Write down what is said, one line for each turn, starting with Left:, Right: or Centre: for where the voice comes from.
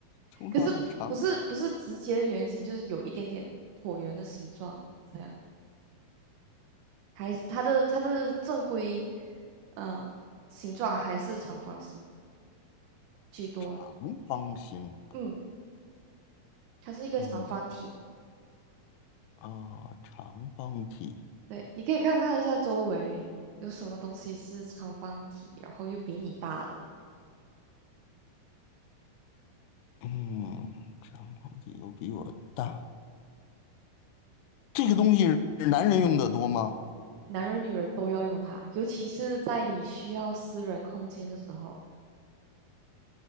Left: 通常是长
Right: 可是不是不是直接的圆形，就是有一点点椭圆的形状，这样还是它的它的正规，呃，形状还是长方形居多。
Left: 长方形。
Right: 嗯，它是一个长方体。
Left: 嗯啊，长方体。
Right: 对，你可以看看一下周围有什么东西是长方体，然后又比你大的。
Left: 嗯，长方体又比我大。这个东西是男人用的多吗？
Right: 男人女人都要用它，尤其是在你需要私人空间的时候。